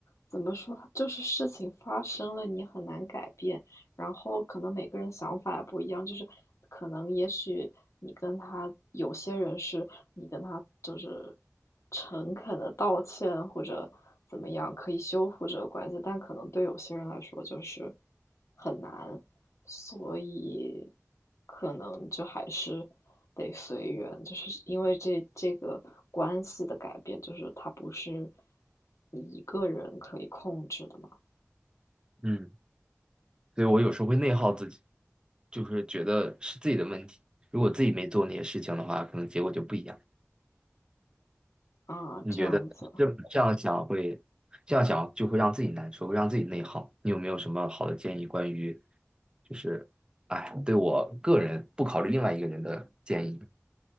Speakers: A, on the left; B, on the right.
A: 怎么说，就是事情发生了，你很难改变。然后可能每个人想法也不一样，就是可能也许你跟他有些人是你跟他就是诚恳的道歉或者怎么样可以修复这个关系，但可能对有些人来说就是很难，所以可能就还是得随缘，就是因为这这个关系的改变，就是它不是你一个人可以控制的嘛，
B: 嗯所以我有时候会内耗自己，就是觉得是自己的问题。如果自己没做那些事情的话，可能结果就不一样。
A: 啊，
B: 你觉得这这样想会，
A: 这样子。
B: 这样想就会让自己难受，会让自己内耗。你有没有什么好的建议关于，就是，哎，对我个人不考虑另外一个人的建议？